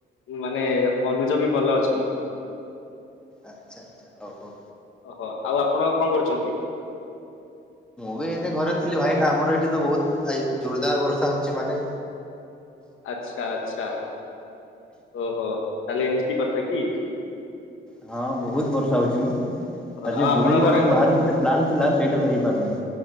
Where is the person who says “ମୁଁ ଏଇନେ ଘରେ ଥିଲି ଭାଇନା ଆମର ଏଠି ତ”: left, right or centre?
Centre